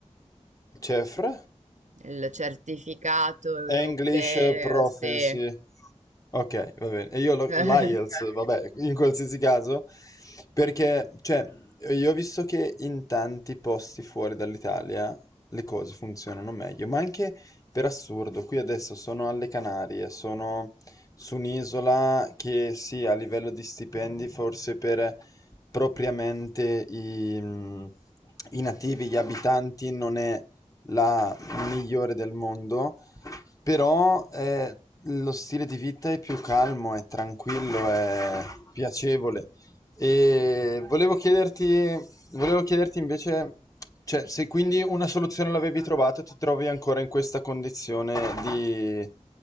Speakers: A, on the left; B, on the right.
A: CEFR.
B: il certificato europeo,
A: English Proficiency.
B: sì.
A: Ok, va bene. E io lo-
B: <laughs>
A: l'IELTS, vabbè, in qualsiasi caso, perché, cioè, io ho visto che in tanti posti fuori dall'Italia le cose funzionano meglio, ma anche per assurdo, qui adesso sono alle Canarie, sono su un'isola che sì, a livello di stipendi, forse per propriamente i, mm, i nativi, gli abitanti, non è la migliore del mondo. Però eh, lo stile di vita è più calmo, è tranquillo, è piacevole. E volevo chiederti, volevo chiederti invece, cioè, se quindi una soluzione l'avevi trovata, ti trovi ancora in questa condizione di,